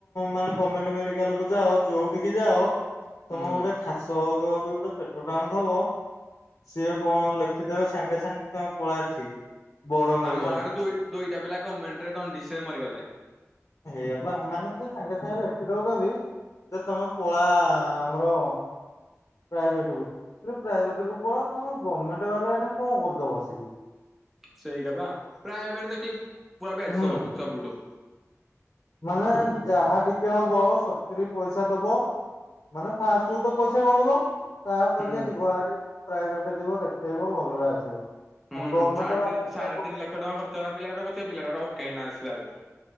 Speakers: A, on the left; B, in the centre.
A: ମାନେ ଗମେଣ୍ଟ ମେଡିକାଲ କୁ ଯାଅ ଯୋଉଠିକି ଯାଅ
B: ହୁଁ
A: ତମେ ଗୋଟେ ଖାସ ହଉଥିବ କି ଗୋଟେ ପେଟ ଟାଣୁଥବା ସିଏ କଣ ଲେଖିଦେବେ ସାଙ୍ଗେ ସାଙ୍ଗେ ତମେ ପଳା ଏଠିକି ବଡ ମେଡିକାଲ
B: ଆମ ଗାଁରେ ଦୁଇ ଦୁଇଟା ପିଲା ଗଭର୍ଣ୍ଣମେଣ୍ଟ ରେ ଦଣ୍ଡିଶ ରେ ମରିଗଲେ
A: ଏଇଆ ବା ମାନେ ସେ ସାଙ୍ଗେ ସାଙ୍ଗେ ଲେଖି ଦଉଛନ୍ତି ଯେ ତମେ କଳା ଆମର ପ୍ରାଇଭେଟ କୁ। ଆରେ ପ୍ରାଇଭେଟ କୁ ପଳା ତମେ ଗଭର୍ଣ୍ଣମେଣ୍ଟ ବାଲା ଏଠି କଣ କରୁଚ ବସିକି
B: ସେଇଟା ପା। ପ୍ରାୟ ଏପଟେ ଦେଖିଲି ପୁରା ବେଷ୍ଟ୍
A: ହୁଁ
B: ସବୁଠୁ ସବୁଠୁ
A: ମାନେ ଯାହା ବି ହବ ସତୁୁରୀ ପଇସା ଦବ ମାନେ ଫାଷ୍ଟ ରୁ ତ ପଇସା ଗଣିବ ତା ଅପେକ୍ଷା
B: ହୁଁ।
A: ଯିବ ଭାରି ପ୍ରାଇଭେଟ ଯିବ ଦେଖେଇବ ଭଲରେ ଆସିବ ଆଉ
B: ହୁ
A: ଗଭର୍ଣ୍ଣମେଣ୍ଟ
B: ସାଢେ
A: ବାଲାଙ୍କ
B: ତିି ସାଢେ
A: ପାଖକୁ
B: ତିନି ଲକ୍ଷ ଟଙ୍କା ଖର୍ଚ୍ଚ ହେଲା ପିଲାଟାର ପଛେ ପିଲାଟ ର ଓକେ ନା ଆସିଲା ଏବେ